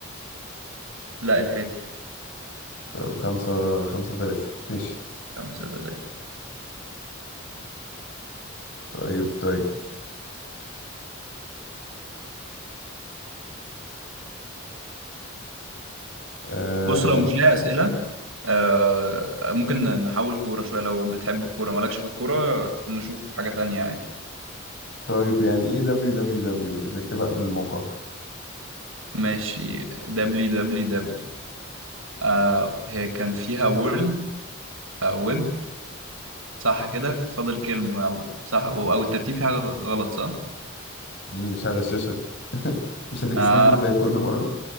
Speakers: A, on the right; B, on the left.
A: لا الهادي
B: طيب خمسة خمسة تلاتة ماشي
A: خمسة تلاتة
B: طيب طيب آه
A: بص لو مش ليها أسئلة آه ممكن نحول كورة شوية لو بتحب الكورة مالكش في الكورة نشوف حاجة تانية عادي
B: طيب يعني إيه دبليو دبليو دبليو اللي بنكتبها قبل الموقع؟
A: ماشي دبليو دبليو دبليو آه هي كان فيها وورلد آه ويب صح كده فاضل كلمة أو صح أو أو الترتيب في حاجة غلط صح؟
B: مم، مش هغششك <laughs> مش هتكسبني
A: آه
B: زي كل مرة